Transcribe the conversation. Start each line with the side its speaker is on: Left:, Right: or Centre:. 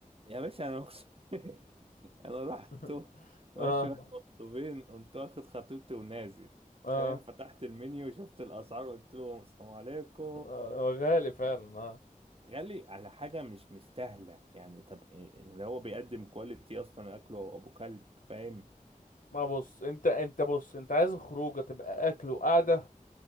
Right: يا باشا انا اقسم <laughs> انا رحت
Left: <laughs>
Right: ماشي
Left: اه
Right: واحد قطبين قمت واخد خطيبتي ونازل
Left: اه
Right: فاهم فتحت المنيو وشفت الاسعار قلت لهم السلام عليكم
Left: آه، هو غالي فعلا آه.
Right: غالي على حاجه مش مستاهله يعني طب إيه اللي هو بيقدم كواليتي اصلا اكله ابو كلب فاهم
Left: ما بص انت انت بص انت عايز الخروجه تبقى اكل وقعده